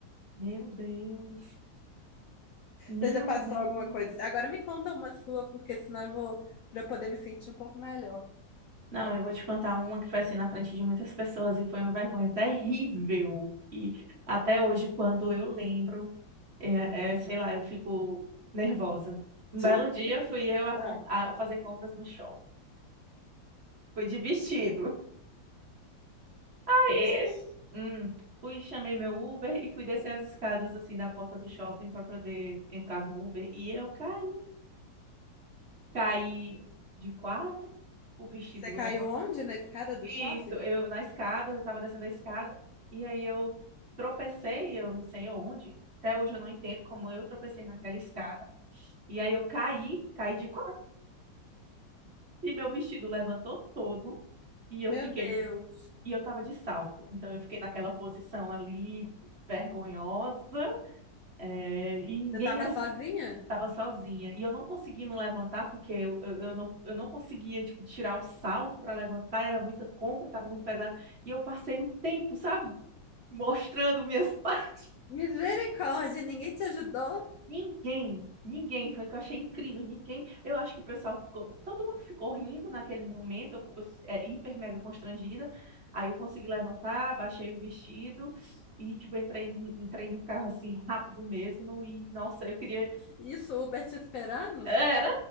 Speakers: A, on the right; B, on the left.
A: Meu Deus. Meu
B: Você já passou
A: Deus.
B: alguma coisa? assim? Agora me conta uma sua, porque senão eu vou, para eu poder me sentir um pouco melhor.
A: Não, eu vou te contar uma que foi assim na frente de muitas pessoas e foi uma vergonha terrível. E até hoje, quando eu lembro, é, é, sei lá, eu fico nervosa. Um belo
B: O
A: dia
B: que que...
A: fui eu a,
B: Ah,
A: com- a fazer compras no shopping. Fui de vestido. Aí,
B: ixi.
A: hum, fui, chamei meu Uber e fui descer as escadas assim da porta do shopping para poder entrar no Uber. E eu caí. Caí de quatro, o vestido
B: Você caiu
A: levantou.
B: onde? Na escada do
A: Isso,
B: shopping?
A: eu na escada, eu tava descendo a escada. E aí eu tropecei, eu não sei onde. Até hoje eu não entendo como eu tropecei naquela escada. E aí eu caí, caí de quatro. E meu vestido levantou todo. E eu
B: Meu
A: fiquei.
B: Deus.
A: E eu tava de salto. Então eu fiquei naquela posição ali vergonhosa. É, e ninguém
B: Você estava
A: me ajudava,
B: sozinha?
A: estava sozinha. E eu não conseguia me levantar porque eu, eu, eu não, eu não conseguia, tipo, tirar o salto para levantar, era muita compra, estava muito pesado. E eu passei um tempo, sabe, mostrando minhas <laughs> partes.
B: Misericórdia, ninguém te ajudou?
A: Ninguém, ninguém, foi o que eu achei incrível, ninguém. Eu acho que o pessoal ficou, todo mundo ficou rindo naquele momento, eu, eu é, hiper mega constrangida. Aí eu consegui levantar, baixei o vestido e, tipo, entrei, entrei no carro assim, rápido mesmo. E, nossa, eu queria.
B: Isso, o Uber te esperando?
A: era